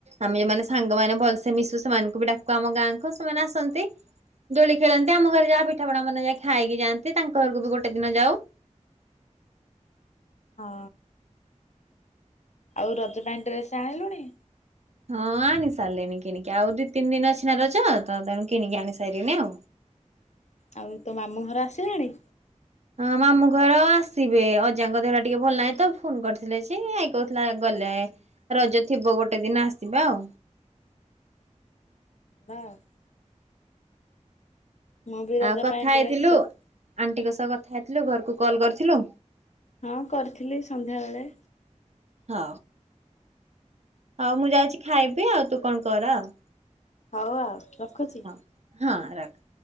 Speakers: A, on the right (about 60°); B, on the left (about 65°).
A: ଆମେ ଯୋଉମାନେ ସାଙ୍ଗମାନେ ଭଲସେ ମିଶୁ ସେମାନଙ୍କୁ ବି ଡାକୁ ଆମ ଗାଁକୁ ସେମାନେ ଆସନ୍ତି। ଦୋଳି ଖେଳନ୍ତି ଆମ ଘରେ ଯାହା ପିଠାପଣା ବନା ଯାଏ ଖାଇକି ଯାଆନ୍ତି। ତାଙ୍କ ଘରକୁ ବି ଗୋଟେ ଦିନ ଯାଉ
B: ହଁ ଆଉ ରଜ ପାଇଁ ଡ୍ରେସ ଆଣିଲୁଣି?
A: ହଁ ଆଣି ସାରିଲିଣି କିଣିକି ଆଉ ଦି ତିନି ଦିନ ଅଛି ନା ରଜ ତ ତେଣୁ କିଣିକି ଆଣି ସାରିଲିନି ଆଉ।
B: ଆଉ ତୋ ମାମୁଁ ଘର ଆସିଲାଣି?
A: ହଁ ମାମୁଁ ଘର ଆସିବେ ଅଜାଙ୍କ ଦେହ ଟା ଟିକେ ଭଲ ନାହିଁ ତ ଫୋନ କରିଥିଲେ ଯେ ଆଇ କହୁଥିଲା ଗଲେ ରଜ ଥିବ ଗୋଟେ ଦିନ ଆସିବା ଆଉ।
B: <unintelligible> ମୁଁ ବି ରଜ
A: ଆଉ କଥା
B: ପାଇଁ ଡ୍ରେସ୍
A: ହେଇଥିଲୁ
B: ଆଁ
A: ଆଣ୍ଟିଙ୍କ ସହ କଥା ହେଇଥିଲୁ ଘରକୁ କଲ୍ କରିଥିଲୁ?
B: ହଁ କରିଥିଲି ସନ୍ଧ୍ୟାବେଳେ।
A: ହଉ ହଉ ମୁଁ ଯାଉଛି ଖାଇବି ଆଉ ତୁ କଣ କର ଆଉ।
B: ହଉ ଆଉ ରଖୁଚି।
A: ହଁ ହଁ ରଖ।